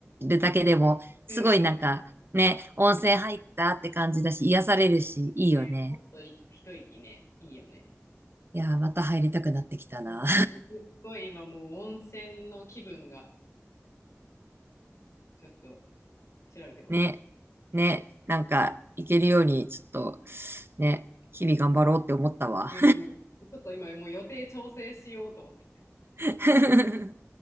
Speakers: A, on the right; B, on the left.
A: るだけでも、
B: うん
A: すごいなんかね、温泉入ったって感じだし、癒されるし、いいよね。
B: ね、ほっといいと、一息ね、いいよね。
A: いやー、また入りたくなってきたな。
B: いや、すすごい今もう温泉の気分が、ちょっと調べてこよ
A: <laughs> ね、ね、なんか行けるように、ちょっと、ね、日々頑張ろうって思ったわ。
B: う。うんうん。ちょっと今もう予定調整しようと思って。
A: <laughs>